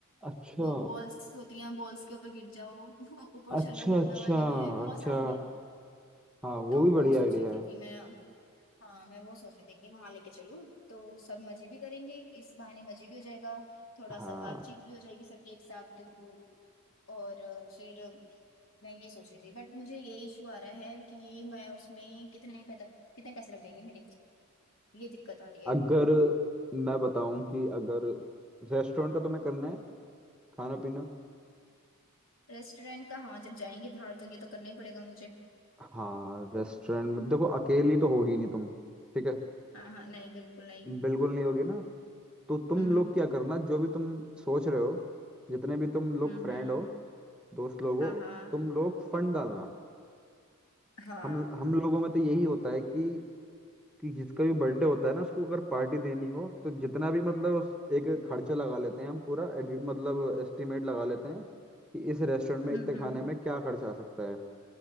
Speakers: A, in the centre; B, on the left.
A: अच्छा
B: वो बॉल्स होती हैं बॉल्स के ऊपर गिर जाओ <laughs> ऊपर उछलना
A: अच्छा
B: कूदना
A: अच्छा
B: वाले हैं बहुत
A: अच्छा
B: सारे हैं
A: हाँ वो
B: तो
A: भी बढ़िया
B: वो सोच
A: आइडिया
B: रही थी
A: है
B: कि मैं हाँ मैं वो सोच रही थी कि वहां लेके चलूँ तो सब मजे भी करेंगे इस बहाने मजे भी हो जाएगा थोड़ा
A: हाँ
B: सा बातचीत भी हो जाएगी सबकी एक साथ तो वो और अ, फिर मैं ये सोच रही थी बट मुझे ये इशू आ रहा है कि मैं उसमें कितने पैसा कितने पैसे लग जाएंगे मेरे ये दिक्कत आ रही
A: अगर
B: है
A: मैं बताऊं कि अगर रेस्टोरेंट का तुम्हें करना है खाना पीना
B: रेस्टोरेंट का हाँ जब जाएंगे बाहर तो ये तो करना ही पड़ेगा मुझे
A: हाँ रेस्टोरेंट में देखो अकेली तो होगी नहीं तुम ठीक है
B: हाँ हाँ नहीं बिल्कुल नहीं
A: बिल्कुल नहीं होगी ना तो तुम
B: हम्म
A: लोग क्या करना जो भी तुम सोच रहे हो जितने
B: हम्म
A: भी तुम लोग
B: हम्म,
A: फ्रेंड हो दोस्त लोग
B: हाँ
A: हो
B: हाँ
A: तुम लोग फंड डालना
B: हाँ
A: हम हम लोगों में तो यही होता है कि कि जिसका भी बर्थडे होता है ना उसको अगर पार्टी देनी हो तो जितना भी मतलब उस एक खर्चा लगा लेते हैं हम पूरा एडि- मतलब एस्टिमेट लगा लेते हैं कि इस रेस्टोरेंट में
B: हम्म
A: इतने खाने में क्या खर्चा आ सकता है